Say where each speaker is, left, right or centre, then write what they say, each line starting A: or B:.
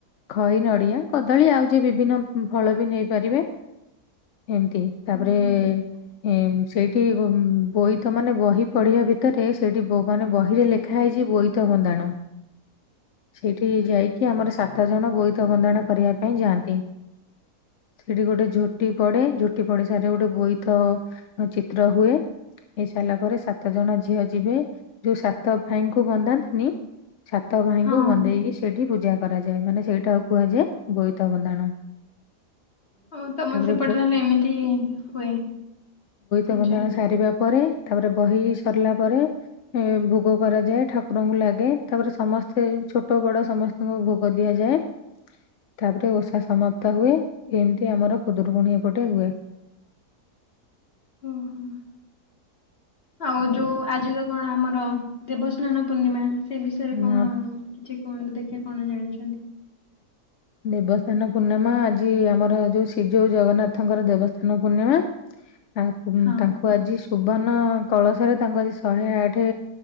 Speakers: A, on the left; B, on the left.
A: ଖଇ, ନଡିଆ, କଦଳୀ ଆଉ ଯିଏ ବିଭିନ୍ନ ଫଳ ବି ନେଇ ପାରିବେ। ଏମତି ତାପରେ
B: ଓହୋ
A: ୟେମ୍ ସେଇଠି ବୋଇତ ମାନେ ବହି ପଢିବା ଭିତରେ ସେଇଠି ବୋ ମାନେ ବହି ରେ ଲେଖା ହେଇଚି ବୋଇ ତ ବନ୍ଦାଣ। ସେଇଠି ଯାଇକି ଆମର ସାତ ଜଣ ବୋଇତ ବନ୍ଦାଣ କରିବା ପାଇଁ ଯାଆନ୍ତି। ସେଠି ଗୋଟେ ଝୋଟି ପଡେ। ଝୋଟି ପଡଗ ସାରିରେ ଗୋଟେ ବୋଇତ ଅ ଚିତ୍ର ହୁଏ। ହେଇସାରିଲା ପରେ ସାତ ଜଣ ଝିଅ ଯିବେ ଯୋଉ ସାତ୍ ତ ଭାଇଙ୍କୁ ବନ୍ଦାନ୍ତିନି ସାତ ଭାଇଙ୍କୁ
B: ହଁ
A: ବନ୍ଦେଇକି ସେଇଠି ପୂଜା କରାଯାଏ। ମାନେ ସେଇଟାଉ କୁହାଯାଏ ବୋଇତ ବନ୍ଦାଣ।
B: ଅ ତମର
A: ତାପରେ
B: ସେପଟେ
A: ବୋ
B: ତାହଲେ ଏମିତି ହୁଏ। ପୂଜା
A: ତ ବନ୍ଦାଣ ସାରିବା ପରେ ତାପରେ ବହି ସରିଲା ପରେ ଏ ଭୋଗ କରାଯାଏ। ଠାକୁରଙ୍କୁ ଲାଗେ। ତାପରେ ସମସ୍ତେ ଛୋଟ ବଡ ସମସ୍ତେ ତାଙ୍କ ଭୋଗ ଦିଆଯାଏ। ତାପରେ ଓଷା ସମାପ୍ତ ହୁଏ। ଏମତି ଆମର ଖୁଦୁରୁକୁୁଣୀ ଏପଟେ ହୁଏ।
B: ଉଁ ହୁଁ। ଆଉ ଯୋଉ ଆଜିର କଣ ଆମର ଦେବସ୍ନାନ ପୂର୍ଣ୍ଣିମା? ସେ ବିଷୟରେ
A: ହଁ
B: କଣ କିଛି କୁହନ୍ତୁ ଦେଖିବା କଣ ଜାଣିଛନ୍ତି?
A: ଦେବସ୍ନାନ ପୂର୍ଣ୍ଣମା ଆଜି ଆମର ଯୋଉ ସିଯଉ ଜଗନ୍ନାଥଙ୍କର ଦେବସ୍ନାନ ପୂର୍ଣ୍ଣିମା। ଆ
B: ହଁ
A: ତାଙ୍କୁ ଆଜି ସୁବର୍ଣ୍ଣ କଳସରେ ତାଙ୍କୁ ଆଜି ଶହେ ଆଠେ